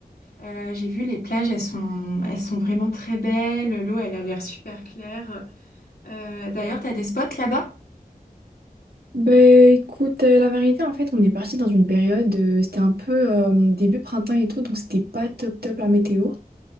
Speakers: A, on the left; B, on the right.
A: Euh, j'ai vu les plages, elles sont, elles sont vraiment très belles. L'eau, elle a l'air super claire. Euh, d'ailleurs, t'as des spots là-bas?
B: Ben écoute, euh, la vérité, en fait, on est parti dans une période, euh, c'était un peu euh, début printemps et tout, donc c'était pas top top la météo.